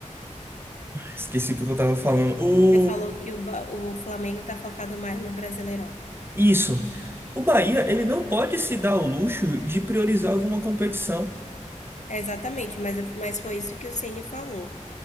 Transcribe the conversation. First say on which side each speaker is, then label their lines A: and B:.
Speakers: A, on the right (about 15°); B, on the left (about 65°).
A: Esqueci o que eu tava falando. O.
B: Você falou que o, Ba- o Flamengo tá focado mais no Brasileirão.
A: Isso. O Bahia, ele não pode se dar o luxo de priorizar alguma competição.
B: É, exatamente, mas, mas foi isso que o Ceni falou,